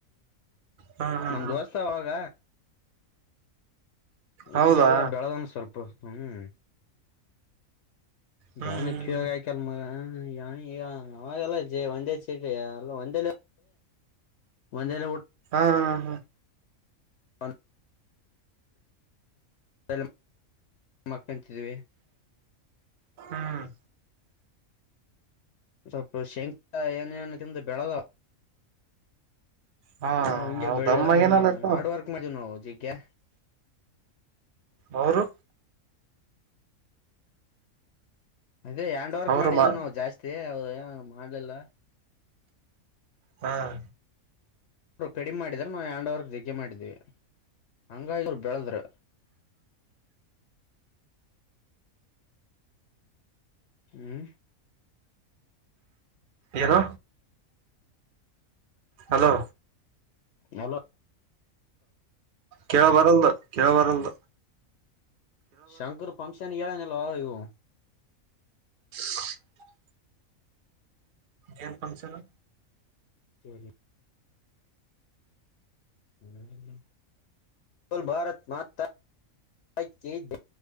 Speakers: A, on the right; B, on the left.
A: ಹ್ಮ್ ಹ್ಮ್
B: ನಮ
A: ಹ್ಮ್
B: ತೋರ್ತ ಅವಾಗ
A: ಹೌದಾ
B: ಈಗೆಲ್ಲಾ ಬೆಳೆದನ ಸ್ವಲ್ಪ ಹ್ಮ್
A: ಹ್ಮ್
B: ದಾನಕ್ ಇಗ ಆಯ್ಕಲ್ ಮರ ಹ್ಮ ಯ ಈಗ ಅವಾಗೆಲ್ಲ ಜ ಒಂದೇ ಚೀಟಲ್ಲ ಒಂದೇ ಒಂದೆಲ್ಲಟ್ಟ
A: ಹಾ ಹಾ
B: ಹನ್ ಅ ಮಕ್ಕಂತಿದೀವಿ
A: ಹ್ಮ್
B: ಸ್ವಲ್ಪ ಶಂಖ ಏನೇನು ತಿಮ್ದ ಬೆಳದ
A: ಹಾ
B: ನಾವು ಹಿಂಗೆ
A: ಹೌದಮ್ಮ
B: ಬೆಳ್ಳ ಹ
A: ಏನಲ್ಲಕ್ಕ
B: ಹಾರ್ಡ್ ವರ್ಕ್ ಮ ನ ಜಕ್ಕೆ
A: ಅವರು
B: ಅದೇ ಹ್ಯಾಂಡ್ ವರ್ಕ್
A: ಅವರು
B: ಮಾಡಿದ್ದೀವಿ
A: ಮಾ
B: ನಾವು ಜಾಸ್ತಿ ಅ ಮಾಡ್ಲಿಲ್ಲ
A: ಹ್ಮ್
B: ಇರು ಕಡಿಮೆ ಮಾಡಿದ್ರ ನಾವು ಯಂಡವರ್ ಧಗೆ ಮಾಡಿದ್ವಿ ಹಂಗ ಇವರು ಬೆಳದ್ರರು ಹ್ಮ್
A: ಏನು ಹಲೋ
B: ಹಲೋ
A: ಕ ಬರಲ್ಲ ಕ ಬರಲ್ಲ
B: ಶಂಕರ್ ಪಂಕ್ಷನ್ ಹೇಳನಲ್ವಾ ಇವು
A: <inaudible> ನುಫಂಕ್ಷನ್
B: ಸರಿ ಸೋಲ್ ಭಾರತ್ ಮಾತ್ರ